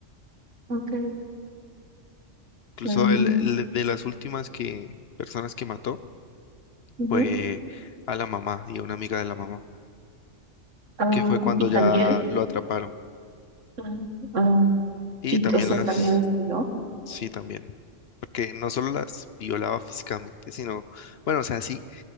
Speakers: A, on the right (about 75°); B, on the left (about 60°).
A: ok.
B: Incluso
A: mm,
B: él, él de las últimas que, personas que mató.
A: ujú.
B: pues a la mamá y a una amiga de la mamá,
A: Oh,
B: que fue cuando
A: y también,
B: ya lo atraparon.
A: ah, ah,
B: Y
A: y,
B: también
A: o sea,
B: las,
A: también es de
B: sí, también, porque no solo las violaba físicamente, sino, bueno, o sea, sí,